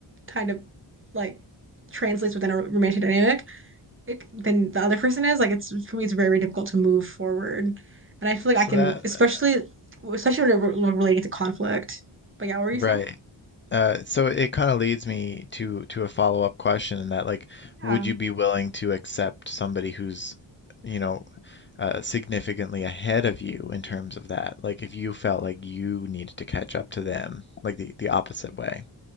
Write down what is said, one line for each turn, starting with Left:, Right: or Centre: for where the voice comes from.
Right: kind of like translates within a romantic dynamic it, than the other person is. Like it's for me, it's very, very difficult to move forward, and I feel like
Left: So
Right: I can,
Left: that
Right: especially
Left: uh,
Right: especially when we're relating to conflict. But yeah, what were you
Left: right.
Right: saying?
Left: Uh, so it kind of leads me to to a follow-up question in that like,
Right: Yeah.
Left: would you be willing to accept somebody who's, you know, uh, significantly ahead of you in terms of that? Like if you felt like you needed to catch up to them, like the the opposite way.